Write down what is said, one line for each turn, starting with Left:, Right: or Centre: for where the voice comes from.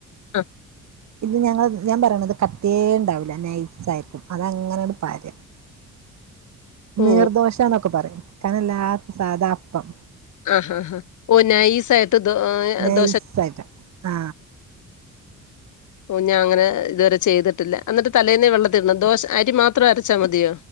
Left: ആ
Right: ഇത് ഞങ്ങള്ൾ ഞാ പറയണത് കട്ടിയേണ്ടാവൂല നൈസയിരിക്കും അത അങ്ങനണ്ട് പാര ന്നീർദോശന്നൊക്കെ
Left: ഓ
Right: പറയും കാനല്ലാത്ത സാധാ അപ്പം
Left: ആഹാഹാ ഓനായ്സായിട് ദോ
Right: നൈസായിട്ട്
Left: ദോശ <inaudible> <inaudible>
Right: ആ
Left: ഓ ഞാഅങ്ങനെ ഇതുവരെ ചെയ്തിട്ടില്ല എന്നിട്ട് തലേന്നേ വെള്ളത്തിടണം ദോശ് അരി മാത്രം അരച്ചാൽ മതിയോ?